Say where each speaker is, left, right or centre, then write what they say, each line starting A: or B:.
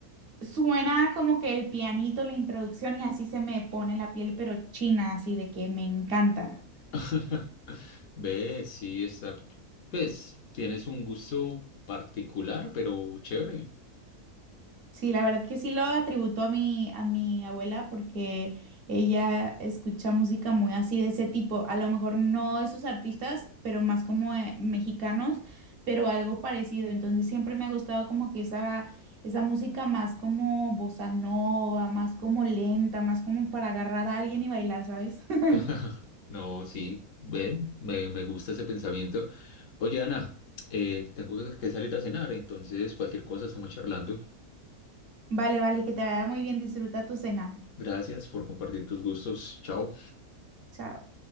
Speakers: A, on the right (about 50°); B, on the left (about 65°).
A: suena como que el pianito, la introducción y así se me pone la piel, pero china, así de que me encanta.
B: <laughs> Ve, sí, está. Pues tienes un gusto particular, pero chévere.
A: Sí, la verdad que sí lo atributo a mi, a mi abuela porque ella escucha música muy así de ese tipo. A lo mejor no esos artistas, pero más como eh, mexicanos, pero algo parecido. Entonces siempre me ha gustado como que esa, esa música más como bossa nova, más como lenta, más como para agarrar a alguien y bailar, ¿sabes? <laughs>
B: <laughs> No, sí, ven, me, me gusta ese pensamiento. Oye, Ana, eh, tengo que salir a cenar, entonces cualquier cosa estamos charlando.
A: Vale, vale, que te vaya muy bien. Disfruta tu cena.
B: Gracias por compartir tus gustos. Chao.
A: Chao.